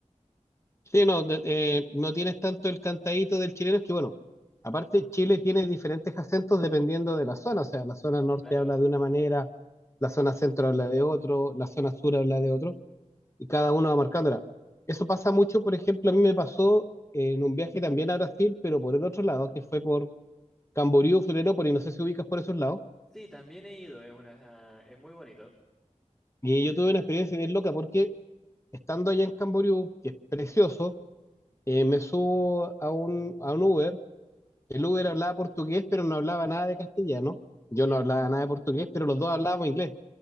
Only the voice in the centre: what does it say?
Claro.
Sí, también he ido, es una, es muy bonito,
¿ya?